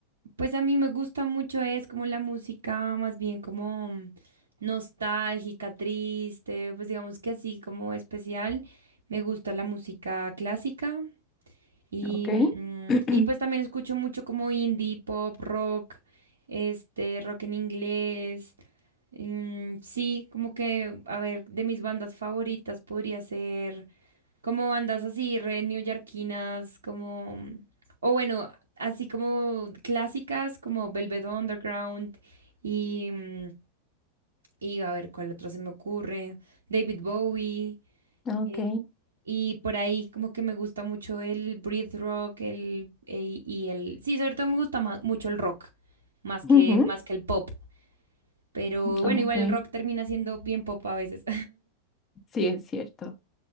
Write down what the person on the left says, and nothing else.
ok?
<clears throat>
Ok.
Ujú,
Ok.
Sí, es cierto.